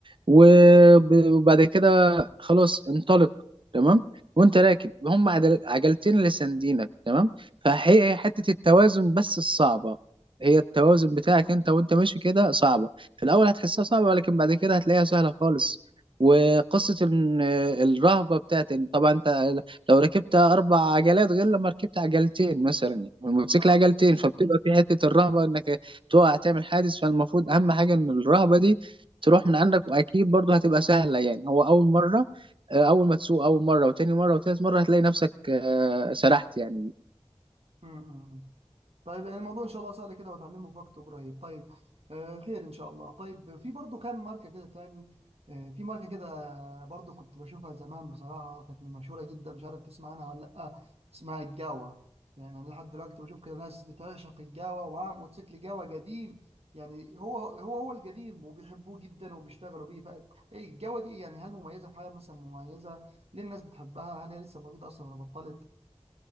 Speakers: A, on the right (about 50°); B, on the right (about 65°).
A: وب- وبعد كده خلاص انطلق تمام وأنت راكب هم عدل- عجلتين اللي ساندينك تمام فهي هي حتة التوازن بس الصعبة هي التوازن بتاعك أنت وأنت ماشي كده صعبة في الأول هتحسها صعبة ولكن بعد كده هتلاقيها سهلة خالص وقصة إن الرهبة بتاعت إن طبعا أنت لو ركبت أربع عجلات غير لما ركبت عجلتين مثلا يعني والموتوسيكل
B: اه
A: عجلتين فبتبقى في حتة الرهبة إنك تقع تعمل حادث فالمفروض أهم حاجة إن الرهبة دي تروح من عندك وأكيد برضه هتبقى سهلة يعني هو أول مرة آه، أول ما تسوق أول مرة وتاني مرة وتالت مرة هتلاقي نفسك آه، سرحت يعني
B: طبعا طيب يعني الموضوع ان شاء الله سهل كده وهتعلمه في وقت قريب طيب آه خير ان شاء الله طيب في برضو كام ماركه كده تاني آه في ماركه كده برضو كنت بشوفها زمان بصراحه كانت مشهوره جدا مش عارف تسمع عنها ولا لا اسمها الجاوا يعني انا لحد دلوقتي بشوف كده ناس بتعشق الجاوا ومعاها موتوسيكل جاوا قديم يعني هو هو هو القديم وبيحبوه جدا وبيشتغلوا بيه فالجاوا دي يعني هل مميزه في حاجه مثلا مميزه ليه الناس بتحبها هل هي لسه موجوده اصلا ولا بطلت